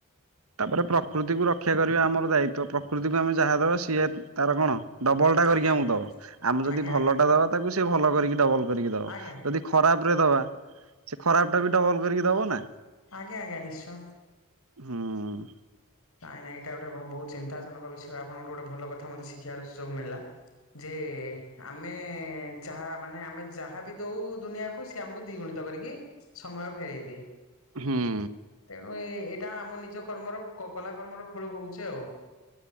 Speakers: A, on the right; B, on the left.
A: ତାପରେ ପ୍ରକୃତିକୁ ରକ୍ଷା କରିବା ଆମର ଦାୟିତ୍ଵ ପ୍ରକୃତିକୁ ଆମେ ଯାହା ଦେବା ସିଏ ତାର କଣ? ଡବଲ ଟା କରିକି
B: ଆଜ୍ଞା
A: ଆମକୁ ଦବ। ଆମେ ଯଦି
B: ଆଜ୍ଞା
A: ଭଲ
B: ଆଜ୍ଞା
A: ଟା ଦବା ତାକୁ ସେ ଭଲ କରିକି ଡବଲ କରିକି ଦବ।
B: ଆଜ୍ଞା
A: ଯଦି ଖରାପ ରେ ଦବା ସେ ଖରାପ ଟା ବି ଡବଲ କରିକି ଦବା ନା!
B: ଆଜ୍ଞା ଆଜ୍ଞା ନିଶ୍ଚୟ।
A: ହଁଉଁ।
B: ନାଇଁ ନାଇଁ ଏଇଟା ଗଟେ ବହୁଚିନ୍ତା ଜନକ ବିଷୟ ଆପଣ ଙ୍କ ଗୋଟ ଭଲ କଥା ମେ ଶିଖିବାର ସୁଯୋଗ ମିଳିଲା। ଯେ ଆମେ ଯାହା ମାନେ ଆମେ ଯାହାବ ଦଉ ଦୁନିଆକୁ ସିଏ ଆମକୁ ଦିଗୁଣିତ କରିକି ସମୟ ଫେରଇ ଦିଏ।
A: ହଁ।
B: ତେଣୁ ଏ ଏଇଟା ଆମ ନିଜ କର୍ମର କଲା କରର୍ମର ଫଳ ଭୋଗୁଛେ ଆଉ